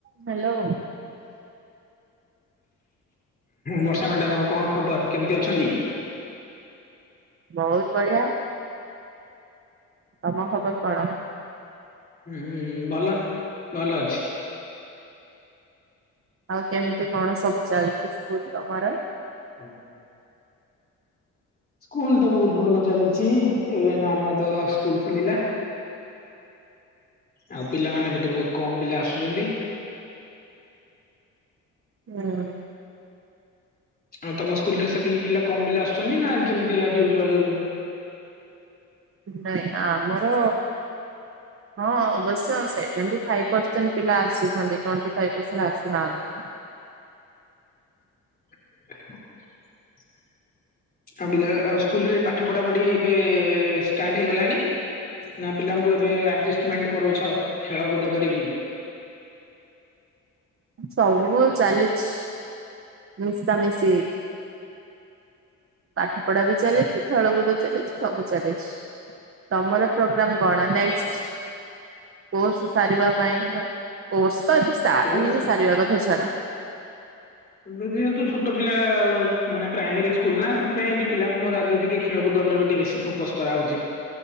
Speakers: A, on the right; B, on the left.
A: Hello
B: Barsha madam ଆଉ କଣ ଖବର କେମିତି ଅଛନ୍ତି?
A: ବହୁତ ବଢ଼ିଆ ତମ ଖବର କଣ?
B: ହୁଁ ହୁଁ ଭଲ ଭଲ ଅଛି।
A: ଆଉ କେମିତି କଣ ସବୁ ଚାଲିଛି ସ୍କୁଲ ତମର।
B: ଓଉ ସ୍କୁଲ ତ ବହୁତ ଭଲ ଚାଲିଛି ଏବେ ନୂଆ ନୂଆ ତ ସ୍କୁଲ ଖୋଲିଲା। ଆଉ ପିଲାମାନେ ବି ତ ବହୁତ କମ୍ ପିଲା ଆସୁଛନ୍ତି।
A: ହୁଁ
B: ହ ତମ ସ୍କୁଲ ରେ ସେତିକି ପିଲା କମ୍ ପିଲା ଆସୁଛନ୍ତି ନା ଯେମିତି ଆଯୁଆଲ
A: ନାଇଁ ଆମର ହଁ ଅବଶ୍ୟ ସେଭେଣ୍ଟି ଫାଇଭ ପରସେଣ୍ଟ ପିଲା ଆସିଛନ୍ତି ଟୋଣ୍ଟୀ ଫାଇବ୍ ପରସେଣ୍ଟ ଆସୁନାହାନ୍ତି।
B: <inaudible> ଆଉ ବିଦ୍ୟାଳୟ ଆଉ ସ୍କୁଲରେ ପାଠ ପଢ଼ା ପଢ଼ି ଏବେ ଷ୍ଟାର୍ଟ ହେଇଗଲାଣି। ନା ପିଲାଙ୍କୁ ଏବେ ଆଡଜଷ୍ଟମେଣ୍ଟ କରୁଛ ଖେଳକୁଦ କରିକି।
A: ସବୁ ଚାଲିଛି ମିଶା ମିଶି ହେଇକି। ପାଠ ପଢ଼ା ବି ଚାଲିଛି ଖେଳକୁଦ ଚାଲିଛି ସବୁ ଚାଲିଛି। ତମର ପ୍ରୋଗ୍ରାମ କଣ ନେକ୍ସଟ୍? କୋର୍ଷ ସାରିବା ପାଇଁ କୋର୍ଷ ତ ଏବେ ଷ୍ଟାର୍ଟ
B: କୋର୍ସ
A: ହେଇକି ସାରିବା କଥା ଛାଡ଼।
B: ଏବେ ଯେହେତୁ ଛୋଟ ପିଲା ମାନେ ପ୍ରାଇମେରୀ ସ୍କୁଲ ନା ସେଥିପାଇଁ ପିଲାଙ୍କର ଆଗେ ଟିକେ ଖେଳକୁଦ ଉପରେ ବି ଟିକେ ବେଶୀ ଫୋକସ କରାହେଉଛି